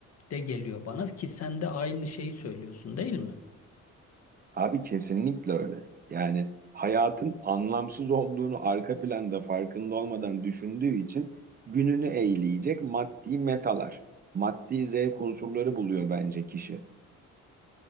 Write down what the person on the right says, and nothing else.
Abi kesinlikle öyle. Yani hayatın anlamsız olduğunu arka planda farkında olmadan düşündüğü için gününü eğleyecek maddi metalar, maddi zevk unsurları buluyor bence kişi.